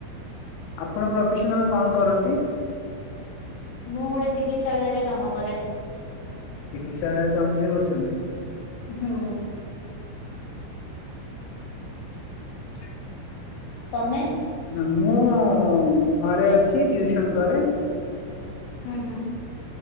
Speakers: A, on the left; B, on the left.
A: ଆପଣ ପ୍ରଫେସନାଲ କଣ କରନ୍ତି?
B: ମୁଁ ଗୋଟେ ଚିକିତ୍ସାଳୟରେ କାମ କରେ।
A: ଚିକିତ୍ସାଳୟରେ ଆମ ଝିଅ କରୁଛନ୍ତି।
B: ହୁଁ
A: ଆଚ୍ଛା
B: ତମେ
A: ମୁଁ ଘରେ ଅଛି, ଟିଉସନ କରେ
B: ହୁଁ ହୁଁ